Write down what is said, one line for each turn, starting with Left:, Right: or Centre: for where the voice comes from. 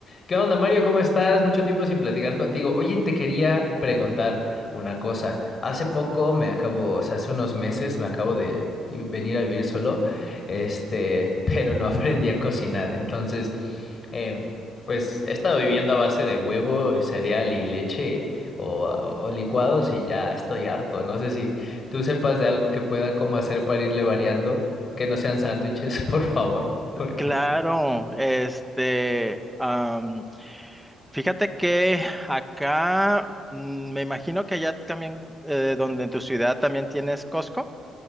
Left: ¿Qué onda, Mario? ¿Cómo estás? Mucho tiempo sin platicar contigo. Oye, te quería preguntar una cosa. Hace poco me acabo, o sea, hace unos meses me acabo de i- venir a vivir solo, este, <laughs> pero no aprendí a cocinar. Entonces, eh, pues he estado viviendo a base de huevo, cereal y leche o, o licuados y ya estoy harto. No sé si tú sepas de algo que pueda como hacer para irle variando, que no sean sándwiches, <laughs> por favor, porque...
Centre: Claro, este, am, fíjate que acá, mm, me imagino que allá también, eh, donde en tu ciudad también tienes Costco